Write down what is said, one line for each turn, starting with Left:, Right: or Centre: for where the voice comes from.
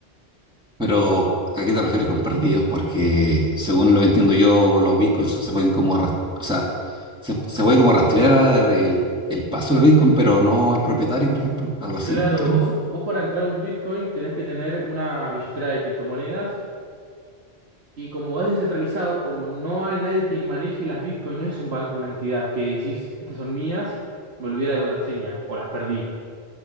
Centre: Pero, ¿a qué te refieres con perdidos? Porque, según lo que entiendo yo, los Bitcoins se pueden como, ras- o sea, se, se puede como rastrear el, el paso del Bitcoin, pero no el propietario, por ejemplo. Algo así,
Right: Claro,
Centre: creo.
Right: vos, vos para entrar a un Bitcoin tenés que tener una billetera de criptomonedas Y como es descentralizado, como no hay nadie quien maneje las Bitcoin, no es un banco, una entidad que decís, estas son mías, me olvidé la contraseña o las perdí.